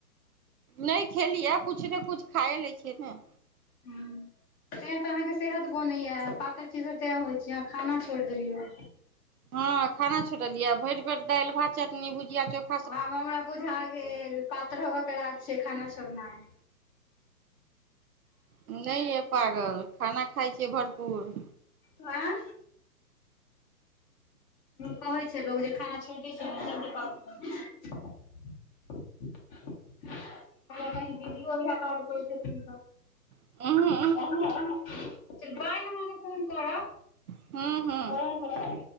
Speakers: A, on the right; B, on the left.
A: नहि खेलियै कुछ ने कुछ खाए लै छिय ने
B: हू तैं तऽ अहाँके सेहत बनैया पातर चितर तैं होइत छ अहाँ खाना छोड़ि देलियै
A: हँ खाना छोरलियै भरि भरि दालि भात चटनी भुजिया चोख
B: आब हमरा बुझा गेल पातर होब के राज छै खाना छोड़नाइ
A: नहि ये पागल खाना खााय छिय भरपूर
B: आय हू कहै छै लोको जे खाना छोड़ दै छै जल्दी प कहलक हऽ कही दीदी ईहाय काज को छैती
A: <unintelligible>
B: ओ ओ बइ हम आहा कऽ फोन करब
A: हूँ हू
B: हँ हँ।